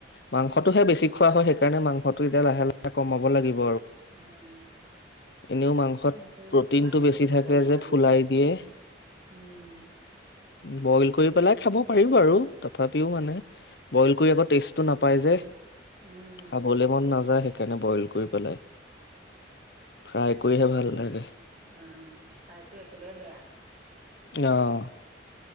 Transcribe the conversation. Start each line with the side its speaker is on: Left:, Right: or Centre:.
Left: মাংসটোহে
Right: উম
Left: বেছি খোৱা হয় সেই সেইণোংসটো এয়া লাহে লাহে কমাব লাগিব
Right: উম
Left: এনেও মাংসত
Right: মইতো
Left: প্ৰটিনটো
Right: মাংস
Left: বেছি
Right: খাব
Left: থাকে
Right: নোৱাৰোৱেই
Left: যে ফুলাই দিয়ে
Right: উম
Left: বইল কৰি পেলাই খাব পাৰিব আৰু তথাপিও মানে বইল কৰি আকৌ টেষ্টটো নাপাই যে
Right: উম
Left: খাবলে মন নাযায় স সকাৰণে বইল কৰি পেলাই ফ্ৰাই কৰিহে ভাল লাগে
Right: অ ফ্ৰাইটো একেবাৰে বেয়া
Left: আহ